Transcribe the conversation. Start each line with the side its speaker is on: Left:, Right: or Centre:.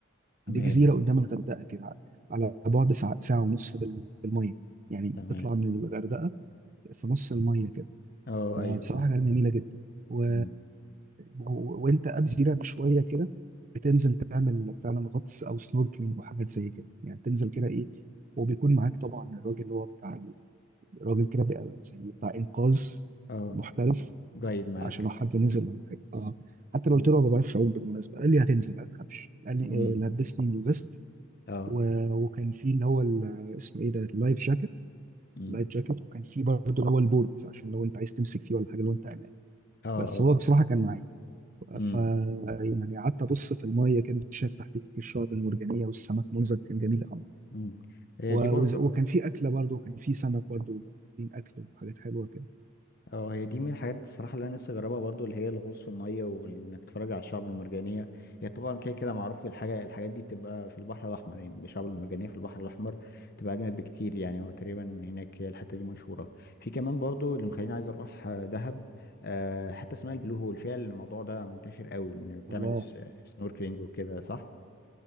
Left: تمام
Right: دي جزيرة
Left: اه
Right: قدام الغردقة كده على بعد ساعة, ساعة ونص بال- بالمية يعني
Left: تمام
Right: تطلع من الغردقة في نص المية كده
Left: اه
Right: فبصراحة
Left: ايوه اه
Right: كانت جميلة جدا و...
Left: مم.
Right: و... وانت قبل جزيرة بشوية كده بتنزل تعمل فعلا غطس او سنوركلينج وحاجات زي كده يعني تنزل كده ايه وبيكون معاك طبعا الراجل اللي هو بتاع الراجل كده بقى زي بتاع انقاذ
Left: اه
Right: محترف
Left: جيد معاك
Right: عشان لو حد نزل ولا حاجه اه حتى لو
Left: مم.
Right: قلت له أنا ما بعرفش اعوم بالمناسبه قال لي هتنزل ما تخافش قال لي
Left: مم.
Right: آه، لبسني الفيست
Left: اه
Right: و- وكان في اللي هو ال- اسمه ايه ده اللايف جاكيت
Left: مم.
Right: اللايف جاكيت وكان في برضه اللي هو البولت عشان لو انت عايز تمسك فيه ولا حاجه لو انت قلقان
Left: اه اه
Right: بس هو
Left: آه.
Right: بصراحه كان معايا
Left: مم.
Right: ف يعني قعدت ابص في الميه كان شايف تحت الشعب المرجانيه والسمك منظر كان جميل قوي
Left: مم. هي
Right: و-
Left: دي برضو
Right: وز- وكان في اكله برضه وكان في سمك برضه حاطين اكل وحاجات حلوه كده
Left: اه هي دي من الحاجات بصراحة اللي انا لسه جربها برضو اللي هي الغوص في المية وانك تتفرج على الشعب المرجانية هي طبعا كده كده معروف الحاجة الحاجات دي بتبقى في البحر الأحمر يعني الشعب المرجانية في البحر الأحمر بتبقى أجمد بكتير يعني هو تقريبا هناك هي الحتة دي مشهورة في كمان برضو اللي مخليني عايز أروح آه، دهب آه، حتة اسمها البلو هول فيها الموضوع ده منتشر قوي إن بتعمل
Right: الله
Left: سنوركلينج وكده صح؟